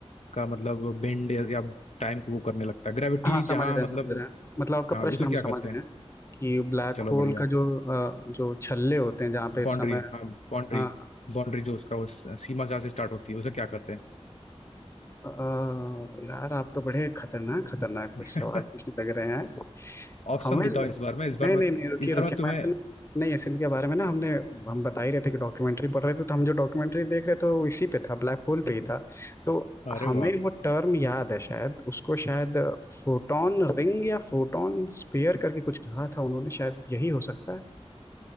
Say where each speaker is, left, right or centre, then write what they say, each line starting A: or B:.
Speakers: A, on the left; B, on the left.
A: का मतलब बेंड या या टाइम को वो करने लगता है ग्रेविटी
B: हाँ समझ
A: जहाँ
B: रहे हैं
A: मतलब
B: समझ रहे हैं मतलब आपका
A: हाँ
B: प्रश्न
A: उसे
B: हम
A: क्या
B: समझ
A: कहते
B: गए
A: हैं
B: कि ब्लैक
A: चलो
B: होल
A: बढ़िया
B: का जो अ, जो छल्ले होते हैं जहाँ पे
A: बाउंड्री
B: समय
A: हाँ बाउंड्री
B: हाँ
A: बाउंड्री जो उसका वो सीमा जहाँ से स्टार्ट होती है उसे क्या कहते
B: अ, यार आप तो बड़े खतरनाक खतरनाक कुछ
A: हैं
B: सवाल पूछने लग रहे हैं
A: <laughs> ऑप्शन
B: हमें
A: देता
B: नहीं
A: हूँ इस बार में इस बार में
B: नहीं नहीं रुकिए
A: इस बार
B: रुकिए
A: में तुम्हें
B: मैं असल नहीं असल के बारे में ना हमने हम बता ही रहे थे कि डॉक्यूमेंट्री पढ़ रहे थे तो हम जो डॉक्यूमेंट्री देख रहे थे वो इसी पे था ब्लैक होल पे ही था तो
A: अरे
B: हमें
A: वाह
B: वो टर्म याद है शायद उसको शायद फोटोन रिंग या फोटोन स्फीयर करके कुछ कहा था उन्होंने शायद यही हो सकता है